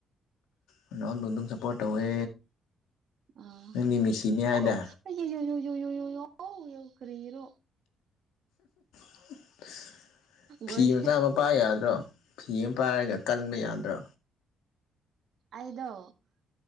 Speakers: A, on the left; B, on the right.
A: ꯔꫭꯅꯥꯜꯗꯣ ꯑꯗꯨꯝ ꯁꯞꯄꯣꯔꯠ ꯇꯧꯋꯦ
B: ꯑꯥ
A: ꯅꯪꯗꯤ ꯃꯤꯁꯤꯅꯤ ꯍꯥꯏꯗ
B: ꯑꯧ ꯑꯩ ꯌꯦ ꯌꯨ ꯌꯨ ꯌꯨ ꯌꯨ ꯌꯨ ꯌꯎ ꯌꯧ ꯀꯔꯤꯔꯣ
A: <unintelligible> ꯐꯤ
B: ꯋꯥꯔꯤ
A: ꯃꯆꯥ ꯑꯃ ꯄꯥꯏ ꯌꯥꯗ꯭ꯔꯣ ꯐꯤ ꯑꯃ ꯄꯥꯏꯔꯒ ꯀꯟꯕꯥ ꯌꯥꯗ꯭ꯔꯣ
B: ꯑꯗꯣ